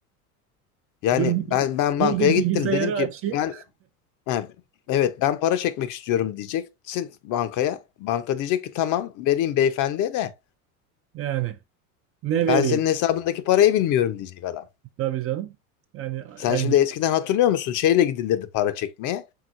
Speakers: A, on the left; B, on the right.
A: Yani
B: Dur bir,
A: ben ben
B: dur
A: bankaya
B: bir
A: gittim
B: bilgisayarı
A: dedim ki
B: açayım.
A: ben Ha, evet ben para çekmek istiyorum diyeceksin bankaya. Banka diyecek ki tamam vereyim beyefendiye de
B: Yani ne
A: ben
B: vereyim?
A: senin hesabındaki parayı bilmiyorum diyecek adam.
B: Tabii canım. Yani,
A: Sen
B: yani
A: şimdi
B: bil-
A: eskiden hatırlıyor musun? Şeyle gidilirdi para çekmeye.